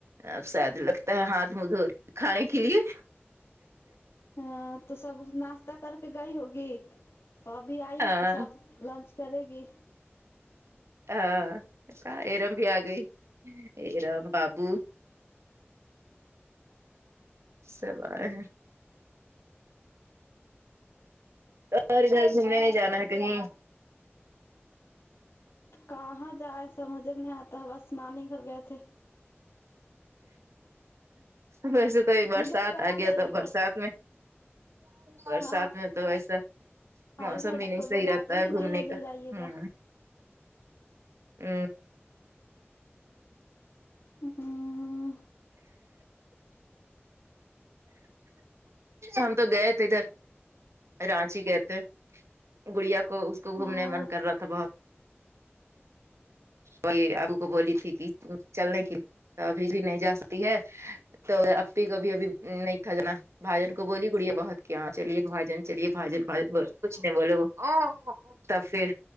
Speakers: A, on the right; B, on the left.
A: اب ساید لگتا ہے ہاتھ مدھورہی کھانے کے لیے
B: ہاں تو سب ناشتہ کر کے گئی ہوگی ابھی آئی
A: ہاں
B: ہے تو سب لنچ کرے گی
A: ہاں ایرم بھی آ گئی ایرم بابو <unintelligible> اور تمنے نہیں جانا ہے کہیں
B: کہاں جائے سمجھ میں نہیں آتا ہے بس نانی گھر گئے تھے
A: بس کوئی برسات
B: ادھر کہاں
A: آ گیا
B: جائیے
A: تو
B: گا
A: برسات میں برسات
B: ہاں
A: میں تو ویسا موسم
B: ادھر
A: بھی نہیں
B: کوئی
A: صحیح
B: بلاتا
A: رہتا
B: ہی
A: ہے گھومنے
B: نہیں جو
A: کا
B: جائیے گا
A: ہوں ہمم
B: ہممم
A: ہم تو گئے تھے ادھر رانچی گئے تھے گڑیا کو اس کو
B: ہاں
A: گھومنے من کر رہا تھا بہت وہ یہ ہم کو بولی تھی کہ چلنے کی ابھی بھی نہیں جا سکتی ہے تو اپی کو بھی ابھی نہیں <unintelligible> کو بولی گڑیا بہت کیا چلیے باجن چلیے باجن کچھ نہیں بولے وہ تب پھر